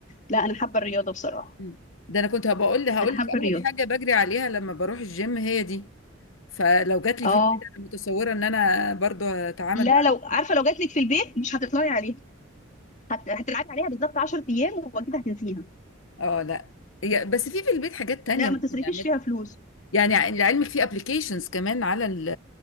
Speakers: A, on the left; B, on the left.
A: لا انا حابه الرياضه بصراحه
B: مم. ده انا كنت هبقول هقول
A: انا
B: لك
A: حابه الرياضه
B: اول حاجة بجري عليها لما بروح الجيم هي دي فلو جات لي
A: اه
B: في البيت انا متصورة ان انا برضو هتعامل
A: لا
B: معاها
A: لو عارفه لو جات لك في البيت مش هتطلعي عليها هت... هتلعبي عليها بالظبط 10 ايام وبعد كده هتنسيها
B: اه لا هي- بس في في البيت حاجات تانية
A: لا ما
B: ممكن
A: تصرفيش
B: نعملها
A: فيها فلوس
B: يعني لعلمك في ابلكيشنز كمان على ال-